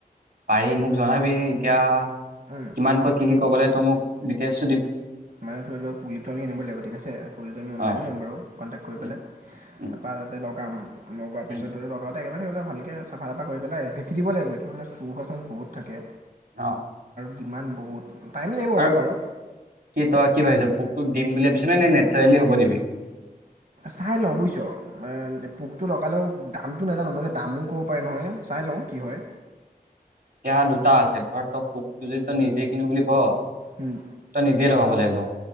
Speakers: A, on the right; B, on the right.
A: পাৰি মোক জনাবি এতিয়া
B: উম,
A: কিমান কৈ কি কি ক'বলে তই মোক ডিটেইলচ
B: মানে ধৰি লওক পুলিটো আমি ঠিক আছে পুলি টো আমি অনলাইনে
A: অ
B: লম বাৰু কনটেকত কৰি
A: উম
B: পেলাই
A: উম
B: কাম লগাৰ
A: উম
B: পিছতো লগাওঁতে একে লগতে থাকিব লাগিব ভালকে তাকে চাফা এটা কৰি পেলাই ভেটি দিব লাগিব এইটো মানে চুৰ পাৰচন বহুত থাকে
A: অ
B: কিমান বহুত টাইম লাগিব অলপ
A: আৰু
B: বাৰু
A: কি তই কি ভাবিছ পোকটো দিম বুলি ভাবিছ নে নে নেচাৰেলি হ'ব দিবি
B: চাই লওঁ বুজিছ মানে পোকটো লগালে ও দামটো নেজানো মই দামো ক'ব পাৰি নহয় চাই লওঁ কি হয়
A: এতিয়া দুটা আছে ধৰ তই পোকটো যদি তই নিজে কিনো বুলি কৱ
B: উম,
A: তই নিজে লগাব লাগিব